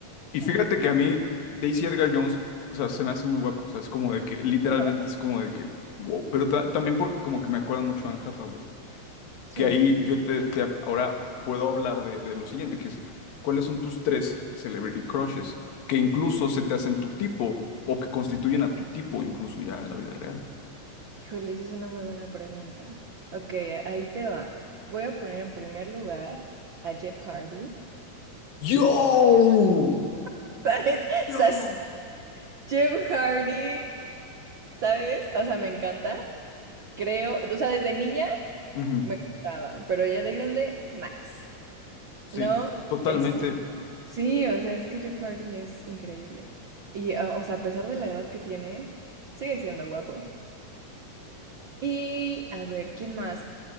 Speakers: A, on the left; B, on the right.
A: Y fíjate
B: Wow.
A: que a mí, Daisy Edgar Jones, o sea, se me hace muy guapa, o sea, es como de que literalmente
B: Estoy guapa.
A: es como de que, wow, pero ta- también porque como que me acuerda mucho a Anne Hathaway.
B: Sí.
A: que ahí yo te, te- ahora puedo hablar de, de lo siguiente, que es cuáles son tus tres celebrity crushes que incluso
B: Uf,
A: se te hacen tu tipo o que constituyen a tu tipo incluso ya en la vida real.
B: híjole, esa es una muy buena pregunta. Ok, a- ahí te va. Voy a poner en primer lugar a Jeff Hardy.
A: ¡Yo!
B: <laughs> ¿Sabes?
A: ¡Yo!
B: ¿Sabes? Jeff Hardy, ¿sabes? O sea, me encanta. Creo, o sea, desde niña
A: Ujú.
B: me gustaba, pero ya de grande más.
A: Sí,
B: No,
A: totalmente.
B: en serio. Sí, o sea, es que Jeff Hardy es increíble. Y, ah, o sea, a pesar de la edad que tiene, sigue siendo guapo. Y, a ver, ¿quién más?